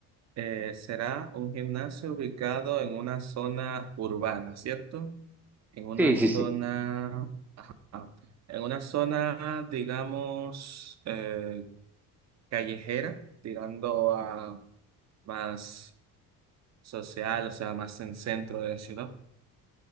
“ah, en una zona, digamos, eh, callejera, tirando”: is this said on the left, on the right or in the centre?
Right